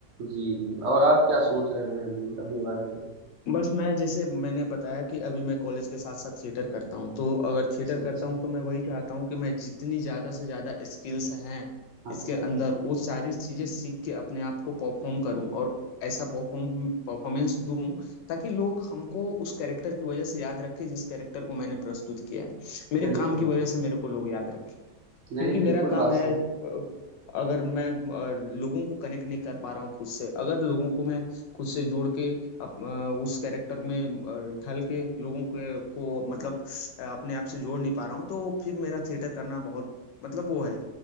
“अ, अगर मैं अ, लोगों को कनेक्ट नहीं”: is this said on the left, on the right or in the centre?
Left